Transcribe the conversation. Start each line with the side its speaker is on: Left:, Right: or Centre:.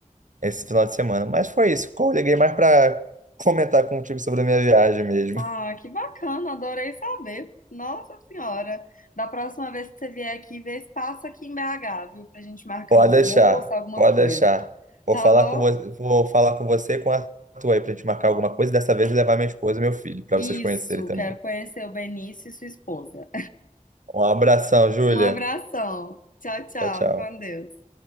Right: esse final de semana. Mas foi isso. Eu liguei mais para comentar contigo sobre a minha viagem mesmo.
Left: Ah, que bacana, adorei saber. Nossa senhora. Da próxima vez que você vier aqui, vê se passa aqui em BH, viu? Pra gente marcar
Right: Pode
Left: um almoço,
Right: deixar,
Left: alguma
Right: pode
Left: coisa.
Right: deixar. Vou
Left: Tá
Right: falar
Left: bom?
Right: com você, vou falar com você e com a Arthur aí pra gente marcar alguma coisa. Dessa vez levar minha esposa e meu filho, para
Left: Isso,
Right: vocês conhecerem também.
Left: quero conhecer o Benício e sua esposa.
Right: Um abração, Júlia.
Left: Um abração. Tchau, tchau.
Right: Tchau, tchau.
Left: Com Deus.